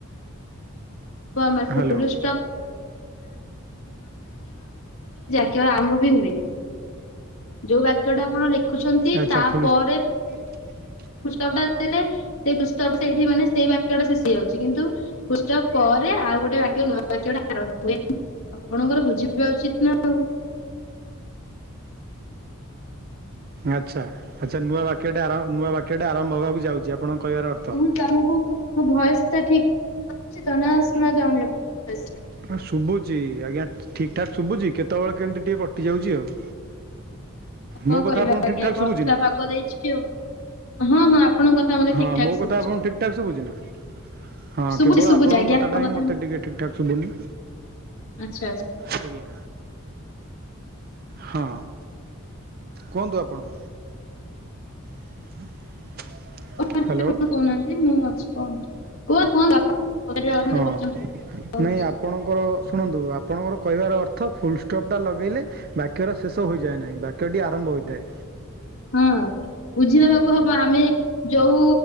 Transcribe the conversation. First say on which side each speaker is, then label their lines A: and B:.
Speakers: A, on the left; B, on the right.
A: ତ ଆମାର
B: ହ୍ୟାଲୋ
A: ପରୁଷ। <unintelligible> ଯୋଉ ବାକ୍ୟ ଟା ଆପଣ ଲେଖୁଛନ୍ତି
B: ଆଚ୍ଛା
A: ତାପରେ
B: <inaudible>
A: ଫୁଲ୍ ଷ୍ଟପ ଟା ଦେଲେ ସେଇ ଫୁଲ୍ ଷ୍ଟପ ଟା ସେଇଠି ମାନେ ସେଇ ବାକ୍ୟଟା ଶେଷ ହେଇଯାଉଛି କିନ୍ତୁ ଫୁଲ୍ ଷ୍ଟପ ପରେ ଆଉ ଗୋଟେ ବାକ୍ୟ ନୂଆ ବାକ୍ୟଟା ଆରମ୍ଭ ହୁଏ ଆପଣଙ୍କର ବୁଝିବା ଉଚିତ ନା ଆଉ।
B: ଆଚ୍ଛା ଆଚ୍ଛା ନୂଆ ବାକ୍ୟଟେ ଆର ନୂଆ ବାକ୍ୟଟେ ଆରମ୍ଭ ହେବାକୁ ଯାଉଛି ଆପଣଙ୍କ କହିବାର ଅର୍ଥ
A: ହଁ ତମକୁ ମୋ ଭଏସ ଟା ଠିକ ଯାଉଛି ତ ନା ଶୁଣା ଯାଉନି ଭଏସ ଟା?
B: ହଁ ଶୁଭୁଛି ଆଜ୍ଞା ଠିକ୍ ଠାକ୍ ଶୁଭୁଛି କେତେବେଳେ କେମିତି ଟିକେ କଟିଯାଉଚି ଆଉ।
A: କଣ
B: ମୋ କଥା
A: କରିବା
B: ଆପଣଙ୍କୁ
A: ଆଜ୍ଞା
B: ଠିକ ଠାକ୍
A: ବର୍ଷା
B: ସୁବୁଛି ନା?
A: ପାଗ ଦେଇଛି ଆଉ ହଁ ହଁ ଆପଣଙ୍କ କଥା ମତେ
B: ହଁ
A: ଠିକ ଠାକ
B: ମୋ
A: ଶୁଭୁଛି
B: କଥା ଆପଣଙ୍କୁ ଠିକ୍ ଠାକ୍ ଶୁବୁଛି ନା? ହଁ
A: ଶୁଭୁଛି
B: କେବଳ
A: ଶୁଭୁଛି
B: ଆପଣଙ୍କ
A: ଆଜ୍ଞା
B: କଥାଟା ହିଁ
A: କଥା
B: ମୋତେ ଟିକେ ଠିକ୍ ଠାକ୍ ଶୁଭୁନି।
A: ଆଚ୍ଛା ଆଚ୍ଛା।
B: ଆଜ୍ଞା ହଁ କୁହନ୍ତୁ ଆପଣ। <inaudible>
A: <unintelligible>
B: ହ୍ୟାଲୋ
A: କହୁନାହାନ୍ତି ମୁଁ ଅଛି କୁହନ୍ତୁ କୁହନ୍ତୁ କୁହନ୍ତୁ ଆପଣ
B: ହଁ
A: <unintelligible>
B: ନାଇଁ ଆପଣଙ୍କର ଶୁଣନ୍ତୁ ଆପଣଙ୍କର କହିବାର ଅର୍ଥ ଫୁଲ ଷ୍ଟପ୍ ଟା ଲଗେଇଲେ ବାକ୍ୟର ଶେଷ ହୋଇଯାଏ ନାହିଁ ବାକ୍ୟଟି ଆରମ୍ଭ ହୋଇଥାଏ।
A: ହଁ ବୁଝି ନବାକୁ ହବ ଆମେ ଯୋଉ